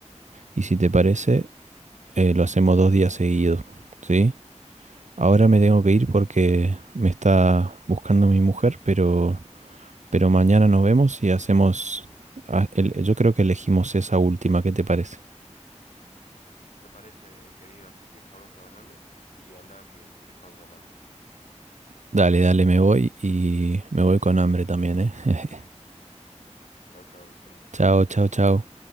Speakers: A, on the right; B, on the left.
A: y si te parece, eh, lo hacemos dos días seguidos, ¿sí? Ahora me tengo que
B: Mm,
A: ir porque me está buscando mi mujer, pero, pero mañana nos vemos y hacemos, ah, el- yo creo que elegimos esa última, ¿qué te parece?
B: Me parece, querido, así que estamos hablando y anda que, que te están llamando.
A: Dale, dale, me voy y me voy con hambre también, ¿eh? <laughs>
B: Chao, chao, querido.
A: Chao, chao, chao.